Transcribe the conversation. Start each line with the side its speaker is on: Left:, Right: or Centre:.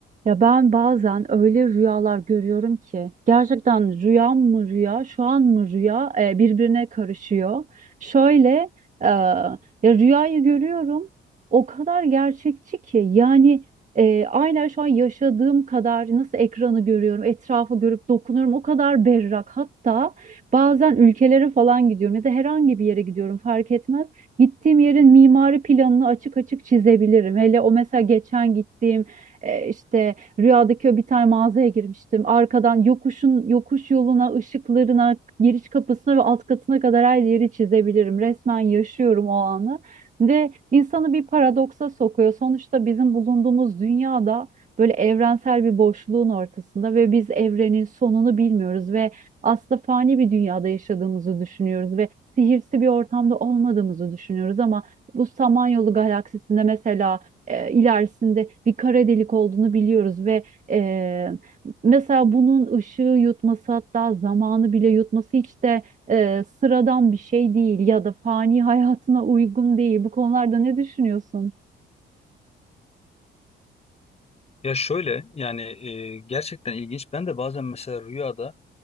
Right: Ya ben bazen öyle rüyalar görüyorum ki gerçekten rüya mı rüya, şu an mı rüya e, birbirine karışıyor. Şöyle e, ya rüyayı görüyorum o kadar gerçekçi ki yani e, aynen şu an yaşadığım kadar nasıl ekranı görüyorum, etrafı görüp dokunuyorum o kadar berrak. Hatta bazen ülkelere falan gidiyorum ya da herhangi bir yere gidiyorum fark etmez. Gittiğim yerin mimari planını açık açık çizebilirim. Hele o mesela geçen gittiğim e, işte Rüyadaki o bir tane mağazaya girmiştim. Arkadan yokuşun yokuş yoluna, ışıklarına, giriş kapısına ve alt katına kadar her yeri çizebilirim. Resmen yaşıyorum o anı. Ve insanı bir paradoksa sokuyor. Sonuçta bizim bulunduğumuz dünyada böyle evrensel bir boşluğun ortasında ve biz evrenin sonunu bilmiyoruz ve aslında fani bir dünyada yaşadığımızı düşünüyoruz ve sihirsi bir ortamda olmadığımızı düşünüyoruz ama bu Samanyolu galaksisinde mesela e, ilerisinde bir kara delik olduğunu biliyoruz ve e, mesela bunun ışığı yutması hatta zamanı bile yutması hiç de e, sıradan bir şey değil ya da fani <laughs> hayatına uygun değil. Bu konularda ne düşünüyorsun?
Left: Ya şöyle yani e, gerçekten ilginç. Ben de bazen mesela rüyada